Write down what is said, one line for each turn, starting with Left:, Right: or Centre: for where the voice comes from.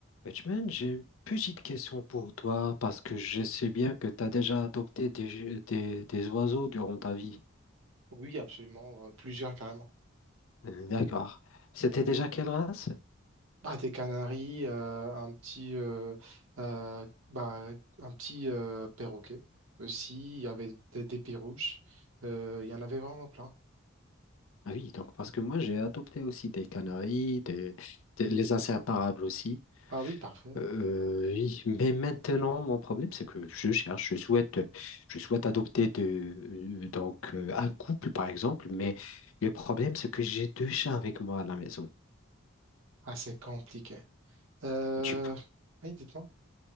Left: Batman, j'ai une petite question pour toi parce que je sais bien que tu as déjà adopté des, des, des oiseaux durant ta vie.
Right: Oui, absolument, euh, plusieurs carrément.
Left: Euh, D'accord. C'était déjà quelle race?
Right: Bah, des canaris, euh, un petit, euh, euh, bah, un petit euh, perroquet aussi. Il y avait des, des perruches. Euh, il y en avait vraiment plein.
Left: Ah oui, donc parce que moi j'ai adopté aussi des canaris, des, des- les inséparables aussi.
Right: Ah oui, parfait.
Left: Euh, euh, oui, mais maintenant mon problème c'est que je cherche, je souhaite, je souhaite adopter de, euh, donc euh, un couple par exemple, mais le problème c'est que j'ai deux chats avec moi à la maison.
Right: Ah, c'est compliqué. Euh,
Left: Tu-
Right: Oui, dites-moi.